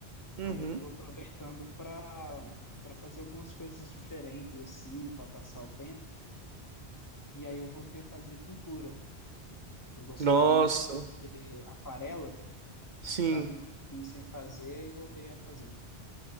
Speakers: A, on the right; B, on the left.
A: Uhum.
B: aí eu tô aproveitando para para fazer algumas coisas diferentes assim, para passar o tempo. E aí eu voltei a fazer pintura. Eu gostava
A: Nossa,
B: muito de fazer aquarela,
A: sim.
B: tava um tempinho sem fazer e voltei a fazer.